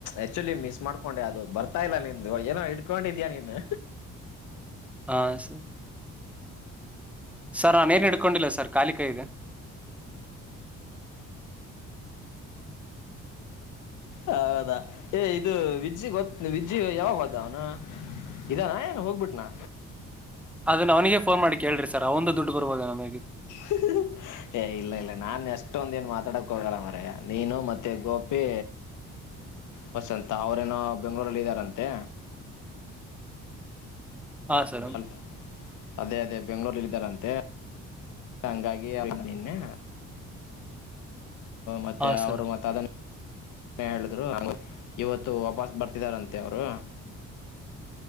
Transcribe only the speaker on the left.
ಆಕ್ಚುಲಿ ಮಿಸ್ ಮಾಡ್ ಹಕೊಂಡೆ ಅದು ಬರ್ತಾ ಇಲ್ಲ ನಿನ್ ಏನೋ ಇಡ್ಕೊಂಡಿದ್ಯಾ ನೀನು
ಹೌದಾ ಏ ಇದು ವಿಜ್ಜಿ ಗ ವಿಜ್ಜಿ ಯಾವಾಗ ಹದ ಅವ್ನು ಇದಾನ ಏನ್ ಹೋಗ್ಬಿಟ್ನಾ
ಹ್ಮ ಏ ಇಲ್ಲ ಇಲ್ಲ ನಾನ್ ಎಷ್ಟೊಂದ ಏನ್ ಮಾತಾಡಕ್ ಹೋಗಲ್ಲ ಮರ ನೀನು ಮತ್ತೆ ಗೋಪಿ ಹೊಸ ಅಂತ ಅವ್ರೇನೋ ಬೆಂಗಳೂರಲ್ಲಿ ಇದ್ದಾರಂತೆ
ಅಲ್ ಅದೇ ಅದೇ ಬೆಂ್ಗಳೂರಿಲ್ಲಿದ್ದಾರಂತೆ ಹಂಗಾಗಿ ನಿನ್ನೆ ಮತ್ತೆ
ಅವರು ಮತ್ತ ಅದನ್ನು ಹೇಳಿದ್ರು ಹಂಗ ಇವತ್ತು ವಾಪಸ್ ಬರ್ತಿದಾರಂತೆ ಅವರು